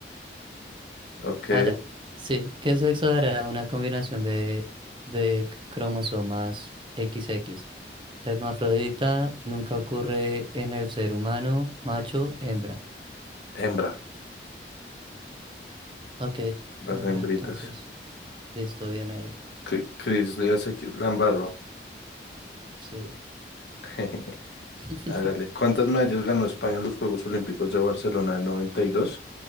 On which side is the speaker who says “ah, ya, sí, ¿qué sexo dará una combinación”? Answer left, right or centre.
Right